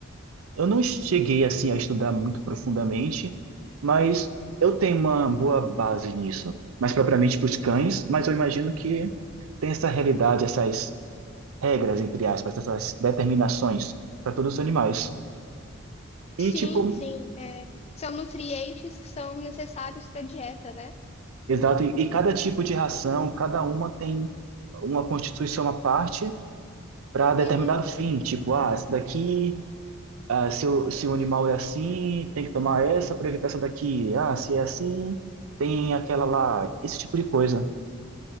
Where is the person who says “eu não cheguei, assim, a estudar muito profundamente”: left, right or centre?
Right